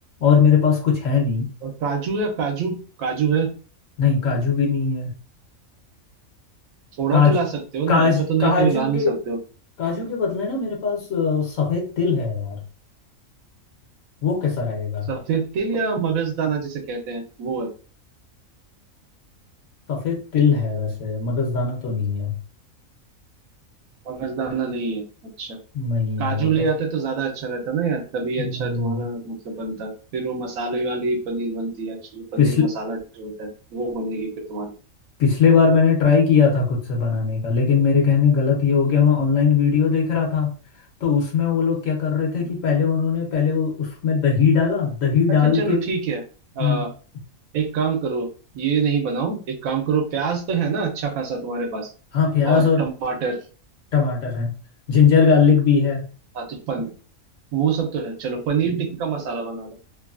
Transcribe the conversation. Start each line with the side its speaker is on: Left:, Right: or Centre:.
Left: और मेरे पास कुछ है नहीं
Right: और काजू है काजू काजू है
Left: नहीं काजू भी नहीं है
Right: थोड़ा
Left: काज
Right: तो ला सकते हो
Left: काज
Right: ना ऐसा तो नहीं
Left: काजू
Right: है कि भी ला नहीं
Left: के
Right: सकते हो
Left: काजू के बदले ना मेरे पास अ, सफेद तिल है यार वो कैसा रहेगा
Right: सफेद तिल या मगजदाना जिसे कहते हैं वो है
Left: सफेद तिल है वैसे मगजदाना तो नहीं है
Right: मगजदाना नहीं है अच्छा
Left: नहीं
Right: काजू
Left: है वो
Right: ले
Left: तो
Right: आते तो ज्यादा अच्छा रहता ना यार तभी
Left: हम्म,
Right: अच्छा तुम्हारा मतलब बनता फिर वो मसाले वाली पनीर बनती है एक्चुअली
Left: पिछले
Right: पनीर मसाला जो होता है वो बनेगी फिर तुम्हारी
Left: पिछले बार मैंने ट्राई किया था खुद से बनाने का लेकिन मेरे कहने गलत ये हो गया मैं ऑनलाइन वीडियो देख रहा था तो उसमें वो लोग क्या कर रहे थे
Right: हम्म।
Left: कि पहले उन्होंने पहले वो उसमें दही डाला दही डाल
Right: अच्छा चलो
Left: के
Right: ठीक है
Left: हम्म
Right: आ, एक काम करो ये नहीं बनाओ एक काम करो प्याज तो है ना अच्छा खासा तुम्हारे पास
Left: हाँ प्याज
Right: और
Left: और
Right: टमाटर
Left: टमाटर है जिंजर गार्लिक भी है
Right: हाँ तो पनीर वो सब तो है चलो पनीर टिक्का मसाला बना दो